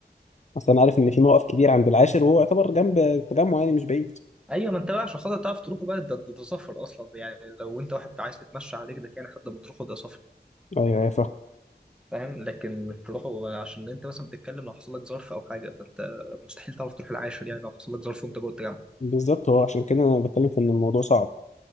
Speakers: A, on the left (about 40°); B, in the centre.
A: اصل انا عارف ان في موقف كبير عند العاشر وهو يعتبر جنب التجمع يعني مش بعيد
B: ايوه ما انت بقى عشان خاطر تعرف تروحه بقى ده ده ده سفر اصلا يعني لو انت واحد عايز تتمشى على رجلك يعني لحد ما تروحه ده سفر
A: ايوه ايوه فاهم
B: فاهم لكن مش تروحه عشان انت مثلا بتتكلم لو حصل لك ظرف او حاجه فانت مستحيل تعرف تروح العاشر يعني لو حصل لك ظرف وانت جوه التجمع
A: بالظبط هو عشان كده انا بتكلم في ان الموضوع صعب